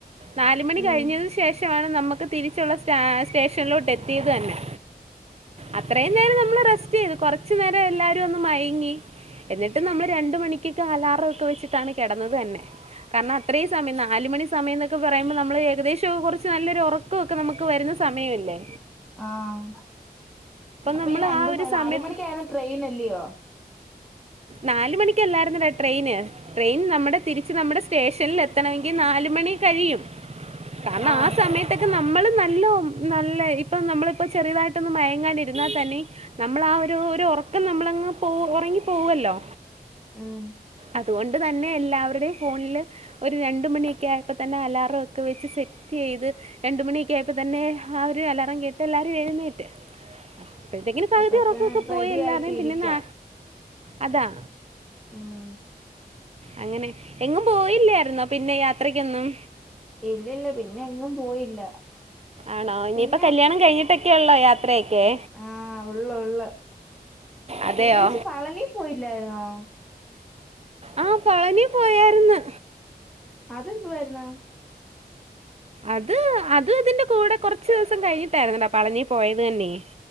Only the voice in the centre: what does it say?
ഉം
ആഹ് അപ്പൊ
ഈ രണ്ട്
<unintelligible>
നാല് മണിക്കായിന്ന ട്രെയിൻ അല്ലയോ
ആഹ്
ഉം.
അപ്പത്തന്നെ
റെഡി
ആയിട്ട് ഇരിക്കാൻ
ഉം.
ഇല്ലില്ല പിന്നെ എങ്ങും പോയില്ല.
പിന്നെ,
ആഹ് ഉള്ള് ഉള്ള്.
പിന്നേച്ചി പളനീ പോയില്ലായിർന്നോ?
അതെന്തുവായിർന്ന്?